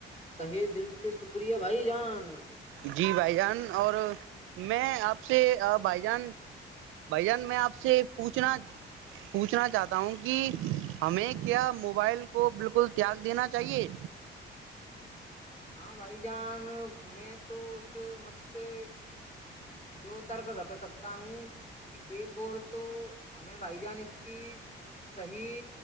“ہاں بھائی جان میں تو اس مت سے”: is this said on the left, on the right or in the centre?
Left